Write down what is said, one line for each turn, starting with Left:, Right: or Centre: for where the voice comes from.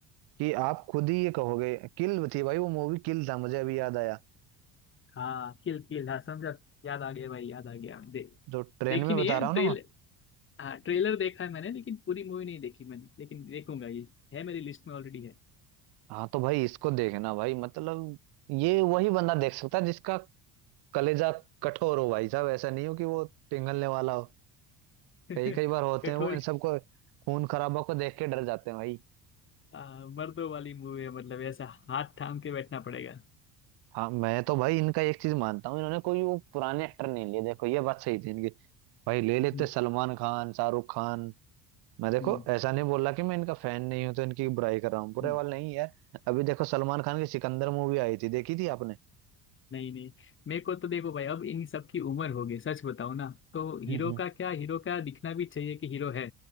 Right: कि आप खुद ही ये कहोगे किल थी भाई वो मूवी किल था मुझे अभी याद आया
Left: हाँ किल किल हाँ समझा याद आ गया भाई याद आ गया दे,
Right: जो ट्रेन
Left: देखी
Right: में
Left: नहीं
Right: बता
Left: है
Right: रहा
Left: ट्रेल
Right: हूँ ना मैं
Left: हाँ ट्रेलर देखा है मैंने लेकिन पूरी मूवी नहीं देखी मैंने लेकिन देखूंगा ये है मेरी लिस्ट में ऑलरेडी है
Right: हाँ तो भाई इसको देखना भाई मतलब ये वही बंदा देख सकता है जिसका कलेजा कठोर हो भाई साहब ऐसा नहीं हो कि वो पिघलने वाला हो कई
Left: <laughs>
Right: कई बार होते
Left: कठोर
Right: हैं वो इन सबको खून खराबा को देख के डर जाते हैं भाई
Left: आ, मर्दों वाली मूवी है मतलब ऐसा हाथ थाम के बैठना पड़ेगा
Right: हाँ मैं तो भाई इनका एक चीज मानता हूँ इन्होंने कोई वो पुराने एक्टर नहीं लिए देखो ये बात सही थी इनकी भाई ले लेते
Left: हम्म,
Right: सलमान खान शाहरुख खान मैं देखो
Left: हम्म,
Right: ऐसा नहीं बोल रहा कि मैं इनका फैन नहीं हूं तो इनकी बुराई कर रहा हूँ बुरे
Left: हम्म।
Right: वाले नहीं यार अभी देखो सलमान खान की सिकंदर मूवी आई थी देखी थी आपने
Left: नहीं नहीं मेरे को तो देखो भाई अब इन सब की उम्र हो गई सच बताओ ना तो हीरो
Right: हम्म
Left: का क्या हीरो का दिखना भी चाहिए कि हीरो है